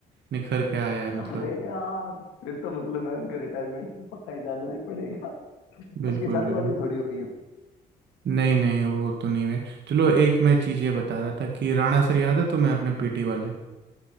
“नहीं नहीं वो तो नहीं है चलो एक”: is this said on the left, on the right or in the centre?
Right